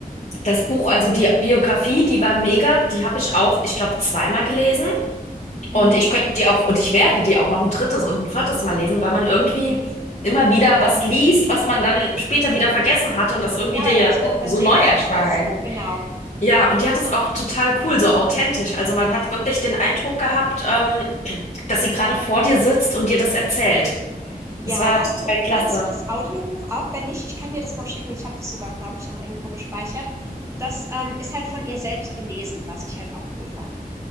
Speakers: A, on the left; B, on the right.
A: Das Buch, also die Biografie, die war mega. Die habe ich auch, ich glaube, zweimal gelesen. Und
B: Mhm.
A: ich könnte die auch, und ich werde die auch noch ein drittes und ein viertes Mal lesen, weil man irgendwie immer wieder was liest, was man dann später wieder vergessen hatte und das irgendwie
B: Ja,
A: dir
B: oder
A: ja
B: was man übersehen
A: so neu erscheint.
B: hat oder so, genau.
A: Ja,
B: Ja.
A: und die hat es auch total cool, so authentisch. Also man hat wirklich den Eindruck gehabt, ähm, dass sie gerade vor dir sitzt und dir das erzählt.
B: Ja,
A: Das war
B: hast
A: total
B: du,
A: klasse.
B: kennst du das Audiobuch auch? Wenn nicht, ich kann dir das mal schicken. Ich habe das sogar, glaube ich, noch irgendwo gespeichert. Das ähm, ist halt von ihr selbst gelesen, was ich halt auch cool fand.